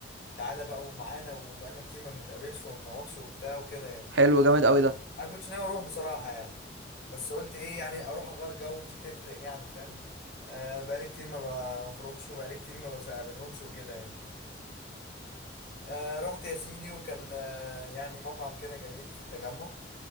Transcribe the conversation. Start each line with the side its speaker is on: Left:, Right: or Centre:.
Left: تعالى بقى ومعانا وبقالنا كتير ما بنتقابلش وما بنقعدش وبتاع وكده يعني
Right: حلو جامد قوي ده
Left: أنا كنتش ناوي أروح بصراحة يعني بس قلت إيه يعني أروح أغير جو ومش هتفرق يعني فاهم آه، بقالي كتير ما بخرجش وبقالي كتير ما بقابلهمش وكده يعني آه رحت يا سيدي وكان آه يعني مطعم كده جميل في التجمع